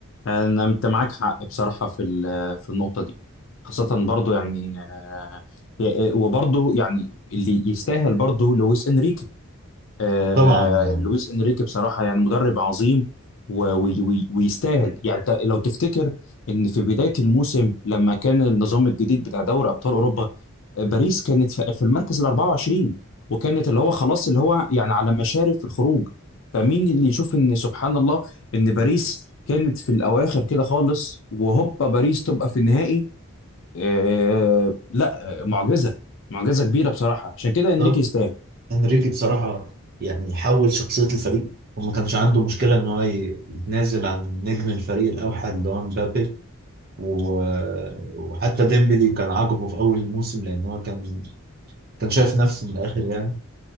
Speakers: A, on the left; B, on the right.
A: أنا أنت معاك حق بصراحة في ال- في النقطة دي خاصة برضو يعني آه، وبرضو يعني اللي يستاهل برضو لويس إنريكي آه
B: طبعا يعني
A: لويس انريكي بصراحه يعني مدرب عظيم و- وي- وي- ويستاهل يعني انت لو تفتكر ان في بدايه الموسم لما كان النظام الجديد بتاع دوري ابطال اوروبا آه، باريس كانت في في المركز ال 24 وكانت اللي هو خلاص اللي هو يعني على مشارف الخروج فمين اللي يشوف ان سبحان الله ان باريس كانت في الاواخر كده خالص وهوبا باريس تبقى في النهائي آه لا آه، معجزه معجزه كبيره بصراحه عشان كده
B: بالظبط
A: انريكي يستاهل
B: انريكي بصراحة يعني حول شخصية الفريق وما كانش عنده مشكلة إن هو ي- يتنازل عن نجم الفريق الأوحد اللي هو مبابي و- وحتى ديمبلي كان عاجبه في أول الموسم لأن هو كان كان شايف نفسه من الآخر يعني